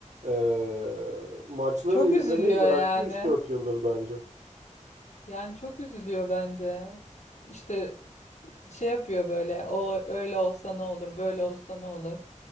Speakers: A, on the right; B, on the left.
A: Ee, maçları
B: Çok
A: izlemeyi
B: üzülüyor
A: bıraktı
B: yani.
A: üç dört yıldır bence.
B: Yani çok üzülüyor bence. İşte şey yapıyor böyle. O öyle olsa ne olur, böyle olsa ne olur.